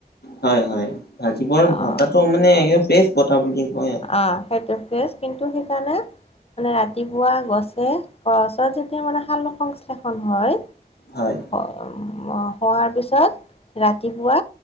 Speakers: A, on the left; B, on the left.
A: হয় হয়, ৰাতিপুৱাৰ
B: অ',
A: বতাটো মানে একদম ফ্ৰেচ বত বুলি কৈ আৰু।
B: অ', সেইটো ফ্ৰেছ, কিন্তু সেইকাৰণে মানে ৰাতিপুৱা গছে, গছত যেতিয়া মানে শাল সংশ্লেষণ হয়
A: <inaudible>
B: হোৱাৰ পিছত ৰাতিপুৱা,